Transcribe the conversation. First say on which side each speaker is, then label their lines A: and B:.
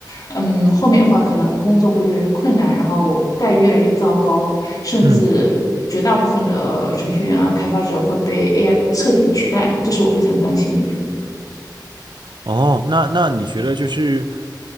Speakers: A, on the left; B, on the right.
A: 嗯，后面的话可能工作会越来越困难，然后待遇越来越糟糕，甚至绝大部分的程序员啊、
B: 嗯，
A: 开发者会被 AI 彻底取代，这是我非常担心的一点。
B: 哦，那那你觉得就是